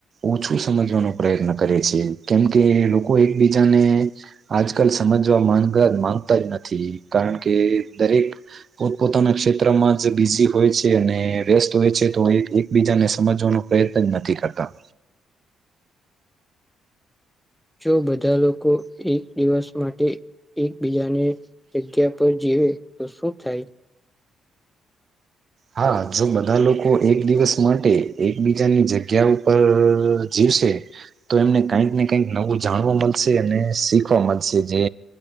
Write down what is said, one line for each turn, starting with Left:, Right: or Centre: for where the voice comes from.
Right: ઓછું સમજવાનો પ્રયત્ન કરે છે, કેમકે લોકો એકબીજાને આજકાલ સમજવા માંગ માંગતા જ નથી, કારણ કે દરેક પોતપોતાના ક્ષેત્રમાં જ બીજી હોય છે અને વ્યસ્ત હોય છે તો એકબીજાને સમજવાનો પ્રયત્ન જ નથી, કરતા
Centre: જો બધા લોકો એક દિવસ માટે એકબીજાને જગ્યા પર જીવે તો શું થાય?
Right: હા જો બધા લોકો એક દિવસ માટે એકબીજાની જગ્યા ઉપર જીવશે તો એમને કઈક ને કઈક નવું જાણવા મળશે, અને શીખવા મળશે જે